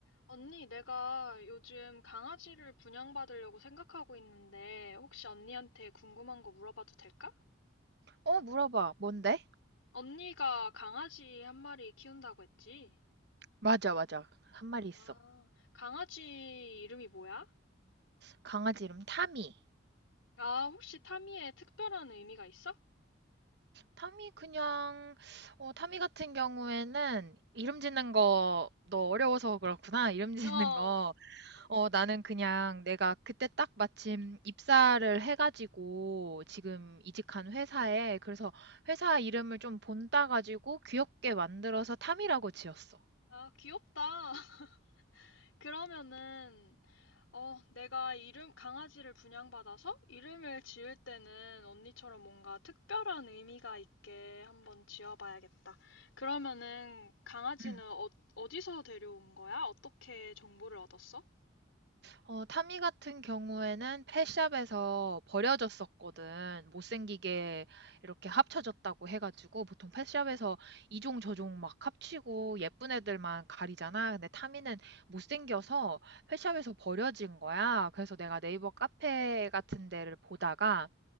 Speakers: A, on the left; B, on the right.
A: 언니, 내가 요즘 강아지를 분양받으려고 생각하고 있는데, 혹시 언니한테 궁금한 거 물어봐도 될까?
B: 어, 물어봐. 뭔데?
A: 언니가 강아지 한 마리 키운다고 했지?
B: 맞아, 맞아. 한 마리 있어.
A: 아, 강아지 이름이 뭐야?
B: 강아지 이름 타미.
A: 아, 혹시 타미에 특별한 의미가 있어?
B: 타미 그냥 어, 타미 같은 경우에는 이름 짓는 거 너 어려워서 그렇구나. <laughs> 이름 짓는
A: 어,
B: 거. 어, 나는 그냥 내가 그때 딱 마침 입사를 해가지고 지금 이직한 회사에 그래서 회사 이름을 좀 본따 가지고 귀엽게 만들어서 타미라고 지었어.
A: 아, 귀엽다. <laughs> 그러면은 어, 내가 이름, 강아지를 분양받아서 이름을 지을 때는 언니처럼 뭔가 특별한 의미가 있게 한번 지어봐야겠다. 그러면은 강아지는
B: 응.
A: 어, 어디서 데려온 거야? 어떻게 정보를 얻었어?
B: 어, 타미 같은 경우에는 펫샵에서 버려졌었거든. 못생기게 이렇게 합쳐졌다고 해가지고 보통 펫샵에서 이종 저종 막 합치고 예쁜 애들만 가리잖아. 근데 타미는 못생겨서 펫샵에서 버려진 거야. 그래서 내가 네이버 카페 같은 데를 보다가